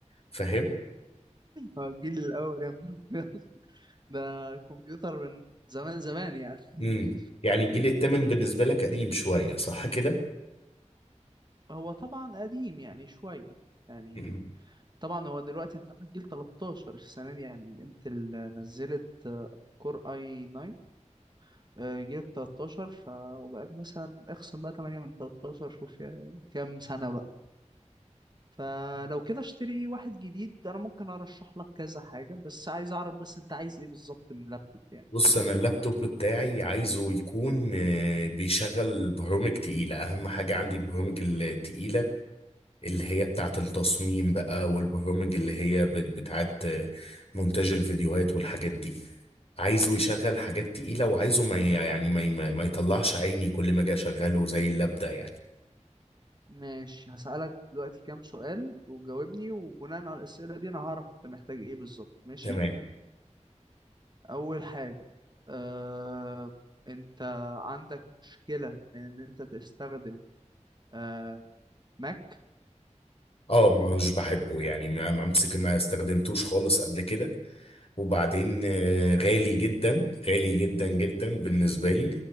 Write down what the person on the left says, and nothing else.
فاهم
امم يعني الجيل التامن بالنسبة
لك قديم شوية صح كده؟
مم.
بص أنا اللابتوب بتاعي عايزه يكون آه، بيشغل برامج تقيلة أهم حاجة عندي البرامج التقيلة اللي هي بتاعة التصميم بقى والبرامج اللي هي بت- بتاعة آه، مونتاج الفيديوهات والحاجات دي عايزه يشغل
حاجات تقيلة وعايزه ما ي- يعني ما ي- ما ما يطلعش عيني كل ما أجي أشغله زي اللاب ده يعني
تمام
اه مش بحبه يعني ما ما- ما استخدمتوش خالص قبل كده وبعدين آه، غالي جدا غالي جدا جدا بالنسبة لي